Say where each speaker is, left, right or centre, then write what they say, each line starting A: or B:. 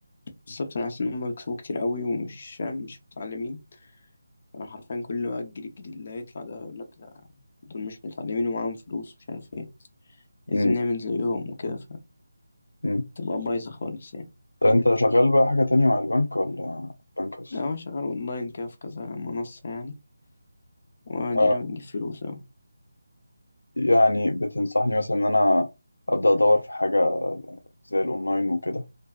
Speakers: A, on the left (about 45°); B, on the left (about 80°).
A: بالظبط أنا حاسس إن هما بيكسبوا كتير أوي ومش فاهم مش متعلمين أنا حرفيا كل بقى الجيل الجديد اللي هيطلع ده يقولك ده دول مش متعلمين ومعاهم فلوس مش عارف ايه عايزين
B: امم
A: نعمل زيهم وكده
B: امم
A: فتبقى بايظة خالص يعني
B: طب انت شغال بقى حاجه تانية مع البنك ولا بنك بس
A: لا هو شغال أونلاين كده في كذا منصة يعني وأدينا
B: اه
A: بنجيب فلوس أهو.
B: يعني بتنصحني مثلا ان انا ابدا ادور في حاجه زي الاونلاين وكده